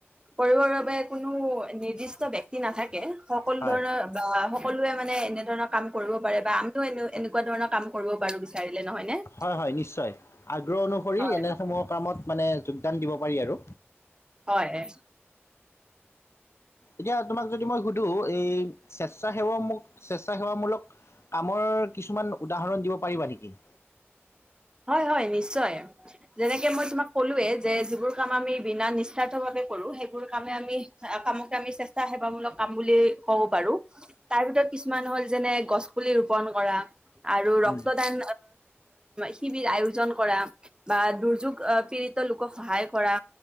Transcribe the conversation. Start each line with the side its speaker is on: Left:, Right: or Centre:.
Right: কৰিবৰ বাবে কোনো নিৰ্দিষ্ট ব্যক্তি নাথাকে সকলো
Left: হয়
Right: ধৰণৰ, বা সকলোৱে মানে এনে ধৰণৰ কাম কৰিব পাৰে বা আমিও এনে এনেকুৱা ধৰণৰ কাম কৰিব পাৰো বিচাৰিলে নহয় নে।
Left: হয় হয় নিশ্চয় আগ্ৰহ অনুসৰি
Right: হয়
Left: এনেসমূহৰ কামত মানে যোগদান দিব পাৰি আৰু
Right: হয় এ
Left: এতিয়া তোমাক যদি মই সুধো এই স্বেচ্ছাসেৱা স্বেচ্ছাসেৱামূলক কামৰ কিছুমান উদাহৰণ দিব পাৰিবা নেকি।
Right: হয় হয় নিশ্চয়। যেনেকে মই তোমাক কলোয়ে যে যিবোৰ কাম আমি বিনা নিস্বাৰ্থ ভাৱে কৰো সেইবোৰ কামে আমি কামকে আমি স্বেচ্ছাসেৱামূলক কাম বুলি কব পাৰো। তাৰ ভিতৰত কিছুমান হ'ল যেনে গছ পুলি ৰোপন কৰা। আৰু ৰক্তদান
Left: উম,
Right: শিবিৰ আয়োজন কৰা বা দুৰ্যোগ পীড়িত লোকক সহায় কৰা।